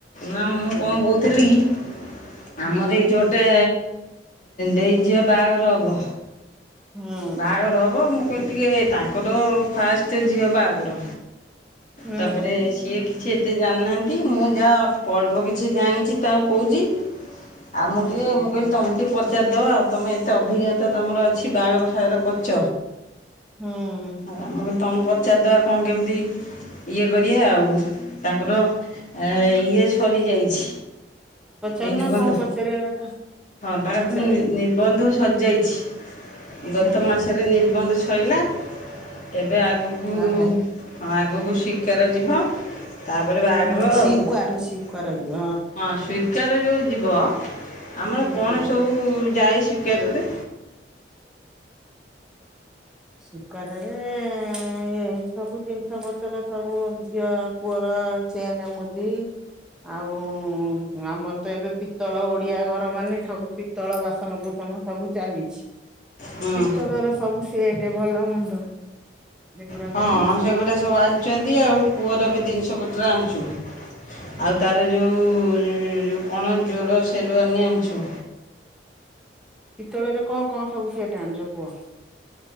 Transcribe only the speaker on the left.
ନା ମୁଁ
କଣ କହୁଥିଲି କି?
ଆମର ଏଇଠି ଗୋଟେ ଦେଇଝିଅ ବାହାଘର ହବ।
ବାହାଘର ହବ ମୁଁ କହିଲି ଟିକେ ତାଙ୍କର ଫାଷ୍ଟ ଝିଅ ବାହାଘର।
ତାପରେ ସିଏ କିଛି ଏତେ ଯାଣିନାହନ୍ତି କି ମୁଁ ଯାହା ଅଳ୍ପ କିଛି ଜାଣିଛି ତାକୁ କହୁଛି। ଆଉ ମୁଁ
ଟିକେ ମୁଁ କହିଲି ତମ ଟିକେ ପଚାରିଦେବ ଆଉ ତୁମେ ଏତେ ଅଭିଜ୍ଞତା ତୁମର ଅଛି ବାହାଘର ଫାଘର କରିଚ।
ହ ମୁଁ କଲି ତମକୁ ପଚାରିଦବା କଣ କେମିତି ଇଏ କରିବା ଆଉ। ତାଙ୍କର ଆ ଇଏ ସରି ଯାଇଛି
ନିରିବନ୍ଧ।
ହଁ ତାଙ୍କର
ତ ନି-ନି-ନିର୍ବନ୍ଧ ସାରିଯାଇଛି ଗତ
ମାସରେ ନିର୍ବନ୍ଧ ସଇଲା। ଏବେ ଆଗକୁ
ହଁ ଆଗକୁ ଶି ସିକ୍ୱାର ଯିବ ତାପରେ ବାହାଘର
ଆଉ
ହଁ।
ସି ସିକ୍ୱାର ଯୋଉଁ ଯିବ ଆମର
କଣ
ସବୁ ଯାଏ ସିକ୍ୱାର ରେ
ହୁଁ
ହଁ
ସେଗୁଡ଼ା ସବୁ ଆଣିଚନ୍ତି ଆଉ ପୁଅର ବି ଜିନିଷପତ୍ର ଆଣିଚୁ। ଆଉ ତାର ଯୋଉ କଣ ଜୋଡ଼ ସେରୁୱାନି ଆଣିଚୁ।